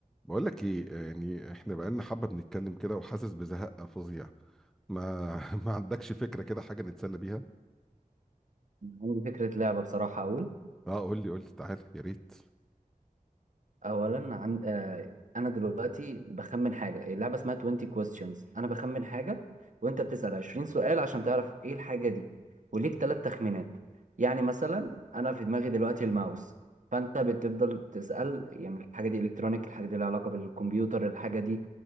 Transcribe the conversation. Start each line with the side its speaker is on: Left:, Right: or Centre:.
Centre: بقول لك ايه يعني احنا بقالنا حبه بنتكلم كده وحاسس بزهق فظيع ما <laughs> ما عندكش فكره كده حاجه نتسلى بيها
Right: عندي فكرة لعبة بصراحة أقول
Centre: اه قول لي قول لي تعالى يا ريت
Right: أولا عن آه أنا دلوقتي بخمن حاجة اللعبة اسمها 20 questions أنا بخمن حاجة وأنت بتسأل 20 سؤال عشان تعرف إيه الحاجة دي وليك ثلاث تخمينات يعني مثلا أنا في دماغي دلوقتي الماوس فأنت بتفضل تسأل يعني الحاجة دي إلكترونيك الحاجة دي لها علاقة بالكمبيوتر الحاجة دي